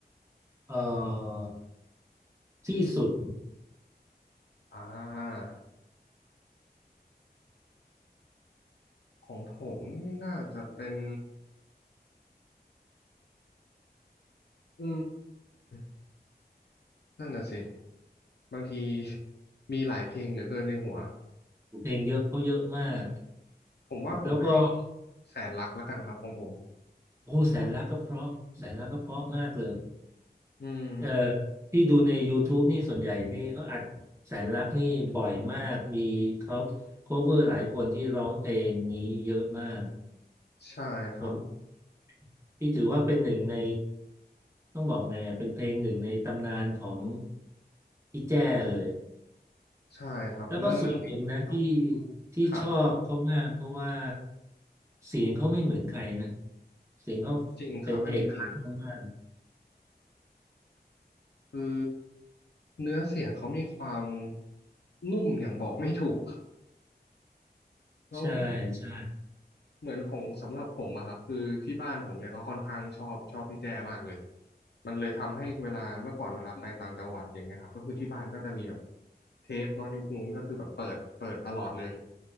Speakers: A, on the right; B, on the left.
A: เอ่อที่สุด
B: อ่าของผมนี่น่าจะเป็นอืม นั่นน่ะสิบางที <laughs> มีหลายเพลงเหลือเกินในหัว
A: เพลงเยอะเขาเยอะมาก
B: ผมว่าผมให้
A: แล้วก็
B: แสนรักแล้วกันครับของผม
A: โอ้โหแสนรักก็เพราะแสนรักก็เพราะมากเลย
B: อืม
A: เออพี่ดูใน YouTube นี่ส่วนใหญ่นี่เขาอัดแสนรักนี่บ่อยมากมีเขา cover หลายคนที่ร้องเพลงนี้เยอะมาก
B: ใช่ครับ
A: ผมพี่ถือว่าเป็นหนึ่งในต้องบอกไงอ่ะเป็นเพลงหนึ่งในตำนานของพี่แจ้เลย
B: ใช่ครับเรื่องเรื่องเพลงนี้ต้งยก
A: แล้วก็ส่วนหนึ่งนะที่ที่ชอบเขามากเพราะว่า
B: ครับ
A: เสียงเขาไม่เหมือนใครนะเสียงเขา
B: จริงครับอันนี้จริง
A: เป็นเอกลักษณ์มาก
B: คือเนื้อเสียงเขามีความนุ่มอย่างบอกไม่ถูก
A: ๆใช่ใช่
B: แล้ว เหมือนของสำหรับผมอะครับคือที่บ้านผมเนี่ยก็ค่อนข้างชอบชอบพี่แจมากเลยมันเลยทำให้เวลาเมื่อก่อนเวลาไปต่างจังหวัดอย่างเงี้ยครับก็คือที่บ้านก็จะมีแบบเทปเนาะยุคนู้นก็คือแบบเปิดเปิดตลอดเลย